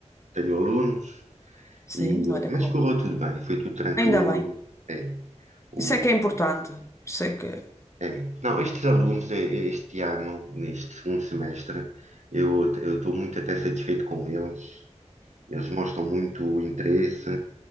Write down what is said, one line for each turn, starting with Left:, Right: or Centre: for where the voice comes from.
Right: tenho alunos,
Left: Sim,
Right: e,
Left: olha
Right: mas
Left: que bom.
Right: correu tudo bem, foi tudo tranquilo.
Left: Ainda bem.
Right: É, o,
Left: Isso é que é importante. Isso é que.
Right: é. Não, estes alunos, é, é, este ano, neste segundo semestre, eu eu estou muito até satisfeito com eles. Eles mostram muito interesse